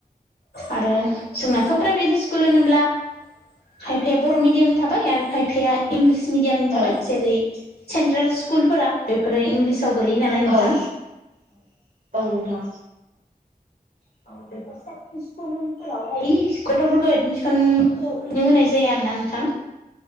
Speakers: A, on the left; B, on the right.
A: आरो जोंनाथ' प्राइभेट स्कुल होनोब्ला खायफाया बर' मिडियामनि थाबाय आरो खायफाया इंलिस मिडियाम नि थाबाय
B: औ
A: जेरै सेन्ट्रेल स्कुलफोरा बेफोर इंलिस गोलैयो नालाय नोंथां
B: औ औ नोंथां
A: औ औ <unintelligible> गथ'फोरखौ एडमिसनखौनो होनाय जाया आरो ना ना नोंथां